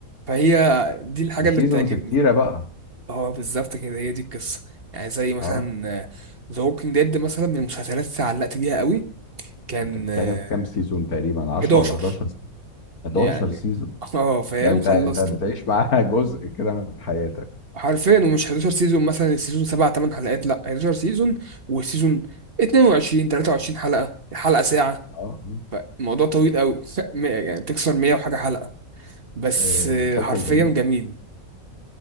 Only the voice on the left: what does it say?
وسيزونز
كتيرة بقى
اه
انت بتتكلم
في كام سيزون تقريبا 10
ولا 11 سيزون 11
سيزون
ده انت
انت بتعيش معاها <laughs> جزء كده من حياتك
اه
آه،
مسلسل
جميل